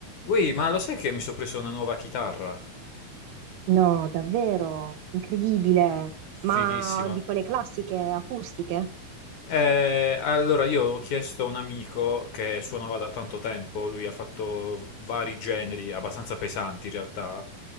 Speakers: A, on the left; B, on the right.
A: Ui, ma lo sai che mi sono preso una nuova chitarra?
B: No, davvero, incredibile.
A: Fighissima.
B: Ma di quelle classiche acustiche?
A: Eh, allora, io ho chiesto a un amico che suonava da tanto tempo, lui ha fatto vari generi, abbastanza pesanti in realtà.